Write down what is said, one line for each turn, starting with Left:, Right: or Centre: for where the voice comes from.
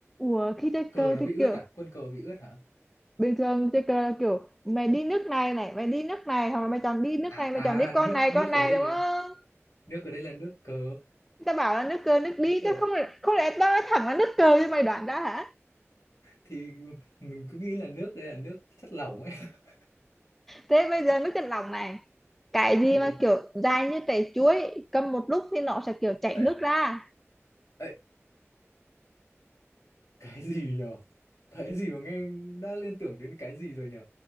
Centre: Ủa khi ticker
Left: Cờ nó
Centre: thì
Left: bị ướt
Centre: kiểu
Left: à? Quân cờ bị ướt hả?
Centre: bình thường ticker là kiểu mày đi nước này này, mày đi nước này hoặc là mày chọn đi nước
Left: À
Centre: này, mày chọn đi con
Left: à nước
Centre: này,
Left: nước
Centre: con này
Left: ở đây
Centre: đúng
Left: là
Centre: không?
Left: nước ở đây là nước cờ.
Centre: Tao bảo là nước cờ nước đi,
Left: Tờ-
Centre: tao không không lẽ tao nói thẳng là nước cờ cho mày đoán ra hả?
Left: Thì mình cứ nghĩ là nước đây là nước chất lỏng ấy. <laughs>
Centre: Thế bây giờ nước chân lòng này, cái gì
Left: Ok.
Centre: mà kiểu dài như trái chuối, cầm một lúc thì nó sẽ kiểu chảy
Left: Ê,
Centre: nước ra.
Left: ê, cái gì nhở? Cái gì mà nghe đã liên tưởng đến cái gì rồi nhở?